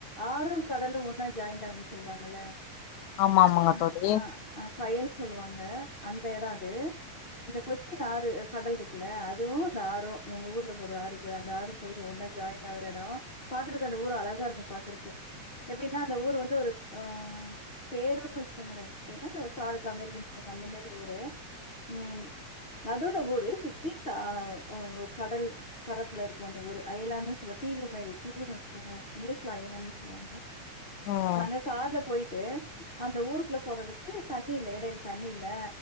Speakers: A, on the left; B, on the left.
A: ஆறு கடலு ஒன்னா ஜாய்ண்ட் ஆகுன் சொல்வாங்கல்ல
B: ஆமா ஆமாங்க
A: அ
B: தோழி
A: அ அ கயல் சொல்லுவாங்க அந்த எடோ அது இந்த கொச்சின் ஆறு கடல்ருக்குல்ல அதுவு இந்த ஆறும் உங்க ஊர்ல ஒரு ஆறுருக்கு அந்த ஆறும் போய் ஒன்னா ஜாய்ன் ஆகுற எடோ பாக்குறக்கு அந்த ஊர் அழகா இருக்கும் பாக்குறக்கு எப்டின்னா அந்த ஊர் வந்து ஒரு ஆ பேரூர்ன் வெச்சுக்கங்களே தமிழ்நாட்ல ஒரு தாலுக் அமெரிக்கன் சொல்ற அந்த மேரி ஒரு ஊரு ம் நடுல ஊரு சுத்தி தா ஒ ஒர் கடல் பரப்புலருக்கு அந்த ஊரு அயலாந்துன் சொல்லா தீவு மேரி தீவுனு வெச்சுக்கோங்க இங்லீஷ்ல அயர்லாந்துன் சொல்லுவாங்க
B: ம்
A: நாங்க கார்ல போய்ட்டு அந்த ஊருக்குள்ள போறதுக்கு தண்ணி இல்ல எடைல தண்ணில்ல